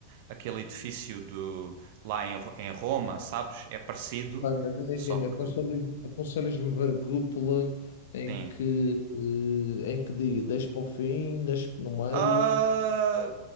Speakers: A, on the right; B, on the left.
A: aquele edifício do, lá em, Ro- em Roma, sabes? É parecido,
B: Pá, mas imagina,
A: só que,
B: aconselhas- aconselhas-me ver a cúpula em
A: sim.
B: que, eh, em que diga, deixa para o fim, deixa no meio.
A: Ah,